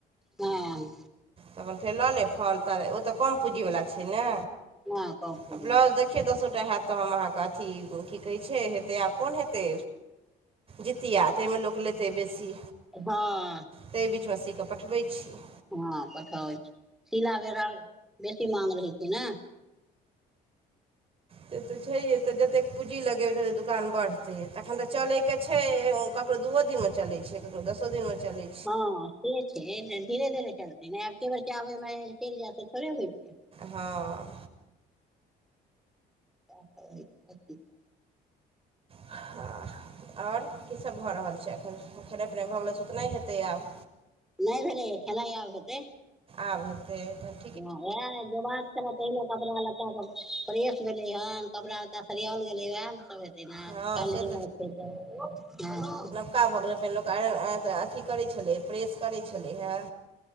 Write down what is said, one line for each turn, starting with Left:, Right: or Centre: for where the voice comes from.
Centre: हँ
Right: त अपन फेर लऽ लेब फल तल ओ तऽ कम पूँजीवला छै ने
Centre: हँ कम पुजी
Right: आ ब्लाउज
Centre: वला
Right: देखियौ दसोटा हैत तऽ हम अहाँके अथी की कहैत छै हेतै आब कोन हेतै जतिया ताहिमे लोक लेतै बेसी
Centre: हँ
Right: ताहि बीच मे सीके पठबैत छी
Centre: हँ पठाबे छि सिला बेरा बेसी माग रहैत छै ने
Right: से तऽ छैे तऽ जतेक पूँजी लगेबै तऽ दुकान बढ़तै तखन तऽ चलैके छै ककरो दूओ दिनमे चलै छै तब त दसो दिन मे चली
Centre: हँ से छै धीरे धीरे चलतै नहि आब के बेर चबैमे चलि जाय त थोड़े होइ छै
Right: हँ
Centre: <unintelligible>
Right: हँ आओर कीसभ भऽ रहल छै एखन खेनाइ पिनाइ भऽ गेलै सुतनाय हेतै आब
Centre: नहि भेलै खेनाइ आब हेतै
Right: आब हेतै तन
Centre: हए उहाय ल जेबाक छलाय तहि नऽ कपड़ा लता का फ्रेश भेलै हन कपड़ा लता सरियाओल गेलै उएह सब जेना
Right: हँ
Centre: कल
Right: से
Centre: जेबाक छै त
Right: फक्का भऽ गेलै फेर लोक आइनऽ अथी करैत छलै प्रेस करैत छलै हऽ